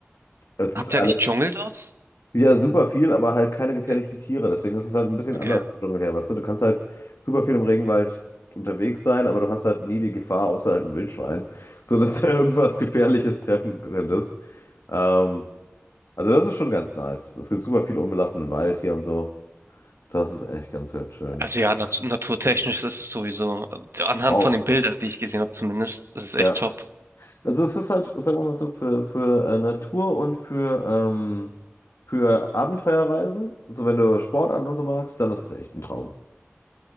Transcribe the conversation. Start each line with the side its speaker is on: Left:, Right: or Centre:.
Left: Es
Right: Habt
Left: ist
Right: ihr
Left: alles,
Right: eigentlich Dschungel dort?
Left: ja, super viel, aber halt keine gefährlichen
Right: Äh,
Left: Tiere. Deswegen ist es halt ein bisschen
Right: Okay.
Left: anders im Dschungel her, weißt du? Du kannst halt super viel im Regenwald unterwegs sein, aber du hast halt nie die Gefahr, außer halt ein Wildschwein, so dass du <laughs> irgendwas Gefährliches treffen könntest. Ähm, also das ist schon ganz nice. Es gibt super viel unbelassenen Wald hier und so. Das ist echt ganz schön.
Right: Also ja, nat naturtechnisch ist es sowieso, äh, anhand
Left: Wow.
Right: von den Bildern, die ich gesehen habe zumindest, ist es echt
Left: Ja.
Right: top.
Left: Also es ist halt, sagen wir mal so, für, für äh, Natur und für, ähm, für Abenteuerreisen. So, wenn du Sport an und so magst, dann ist es echt ein Traum.